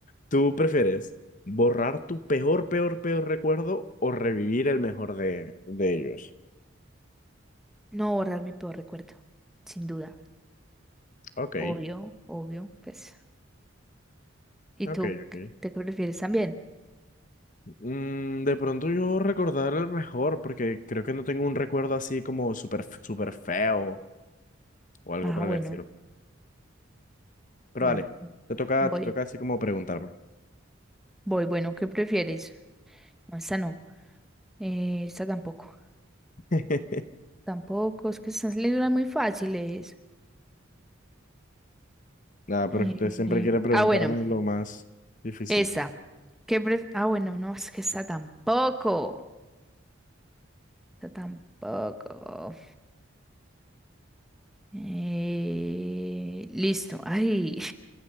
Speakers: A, on the left (about 40°); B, in the centre.
A: ¿tú prefieres borrar tu peor, peor, peor recuerdo o revivir el mejor de, de ellos?
B: No borrar mi peor recuerdo, sin duda.
A: Ok,
B: Obvio, obvio, pues. ¿Y
A: ok,
B: tú?
A: ok.
B: ¿Qué- ¿Te qué prefieres también?
A: Mm, de pronto yo recordar el mejor, porque creo que no tengo un recuerdo así como súper f- súper feo o algo
B: Ah,
A: por el
B: bueno,
A: estilo. Pero
B: bueno,
A: dale, te toca,
B: voy,
A: te toca así como preguntarme.
B: voy, bueno, ¿qué prefieres? No, esta no. Eh, esta tampoco.
A: <laughs>
B: Tampoco, es que estas le duran muy fáciles.
A: Nada,
B: Eh,
A: pero usted siempre quiere preguntarme
B: ah, bueno,
A: lo más difícil.
B: esta. ¿Qué pref- ah, bueno, no, es que esta tampoco. Yo tampoco. Eh, listo. Ay.